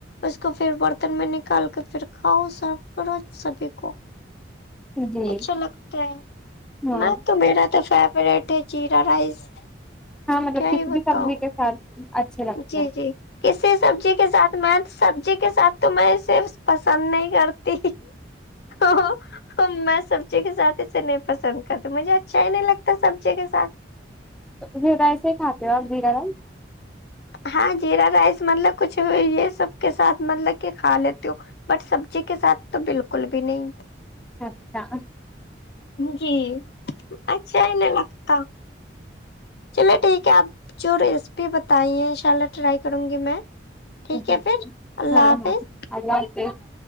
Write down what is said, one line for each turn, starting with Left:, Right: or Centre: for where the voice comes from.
Left: اس کو پھر برتن میں نکال کے پھر کھاؤ سرو کرو سبھی کو
Centre: جی
Left: اچھا لگتا ہے
Centre: ہاں
Left: میں تو میرا تو فیوریٹ ہے جیرا رائس
Centre: ہاں مطلب
Left: کیا
Centre: کسی
Left: ہی بتاؤ
Centre: بھی سبزی کے ساتھ اچھے لگتے
Left: جی
Centre: ہیں
Left: جی کسی سبزی کے ساتھ میں سبزی کے ساتھ تو میں صرف پسند نہیں کر ہ میں سبزی کے ساتھ اسے نہیں پسند کرتی مجھے اچھا ہی نہیں لگتا سبزی کے ساتھ
Centre: تو پھر ایسے ہی کھاتے ہو آپ زیرہ رائس
Left: ہاں جیرا رائس مطلب کچھ یے سب کے ساتھ مطلب کہ کھا لیتی ہو بٹ سبزی کے ساتھ تو بالکل بھی نہیں
Centre: اچھا
Left: جی اچھا ہی نہیں لگتا چلو ٹھیک ہے اب جو ریسیپی بتائیے ان شاء اللہ ٹرائی کروں گی میں ٹھیک
Centre: جی
Left: ہے
Centre: جی
Left: پھر اللہ
Centre: ہاں
Left: حافظ
Centre: ہاں اللہ حافظ